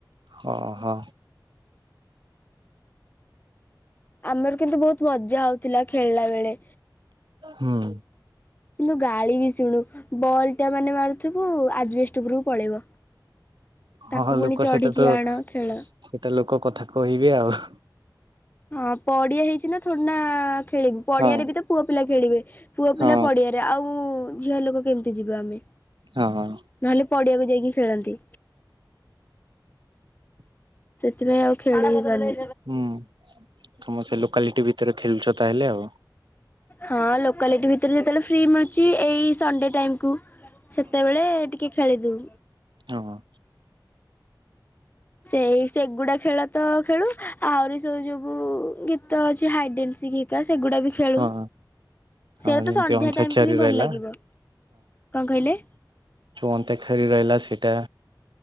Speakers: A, on the right; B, on the left.
A: ହଁ ହଁ।
B: ଆମର କିନ୍ତୁ ବହୁତ୍ ମଜା ହଉଥିଲା ଖେଳ୍ଲା ବେଳେ।
A: ହୁଁ।
B: କିନ୍ତୁ ଗାଳି ବି ଶୁଣୁ ବଲ୍ ଟା ମାନେ ମାରୁଥିବୁ ଆଜେବେଷ୍ଟେ ଉପରକୁ ପଳେଇବ। ତାକୁ
A: ହଁ
B: ପୁଣି
A: ଲୋକ
B: ଚଢିକି
A: ସେଇଟା ତ
B: ଆଣ ଖେଳ।
A: ସେ ସେଟା ଲୋକ କଥା କହିବେ ଆଉ।
B: ହଁ ପଡିଆ ହେଇଛି ନା ଥଡିନା ଖେଳିବୁ ପଡିଆରେ
A: ହଁ
B: ବିତ ପୁଅ ପିଲା ଖେଳିବେ ପୁଅ
A: ହଁ
B: ପିଲା ପଡିଆ ରେ ଆଉ ଝିଅ ଲୋକ କେମ୍ତି ଯିବେ ଆମେ।
A: ହଁ ହ।
B: ନହେଲେ ପଡିଆକୁ ଯାଇକି ଖେଳନ୍ତି। ସେଥିପାଇଁ ଆଉ ଖେଳିବି ପାର୍ନି।
A: ହୁଁ ତମ ସେ ଲୋକାଲିଟି ଭିତରେ ଖେଳୁଛ ତାହେଲେ ଆଉ?
B: ହଁ ଲୋକାଲିଟି ଭିତରେ ଯେତେବେଳେ ଫ୍ରି ମିଲ୍ ଛି ଏଇ ସଣ୍ଡେ ଟାଇମ୍ କୁ ସେତେବେଳେ ଟିକେ ଖେଳିଦେଉ।
A: ୟହଁ।
B: ସେଇ ସେଗୁଡା ଖେଳ ତ ଖେଳୁ ଆହୁରି ସବୁ ଯୋବୁ ଗୀତ ଅଛି। ହାଇଡେନ୍ସି ହିକା ସେଗୁଡା ବି ଖେଳୁ।
A: ହଁ
B: ସେଇୟା
A: ହଁ ଯେମିତି
B: ତ ସନ୍ଧ୍ୟା
A: ଅନ୍ତାକ୍ଷରୀ
B: ଟାଇମ୍ କୁ ହିଁ ଭଲ୍
A: ରହିଲା
B: ଲାଗିବ ଙ୍କ କହିଲେ?
A: ଛୁଅନ୍ତେ ଖେଳି ରହିଲା ସେଟା